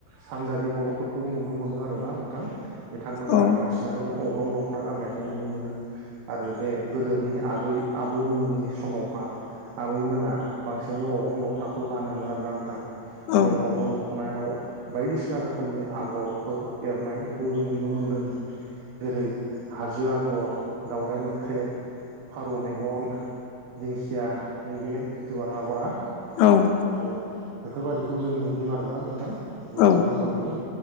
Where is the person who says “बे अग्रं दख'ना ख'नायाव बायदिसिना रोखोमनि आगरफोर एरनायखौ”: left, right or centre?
Right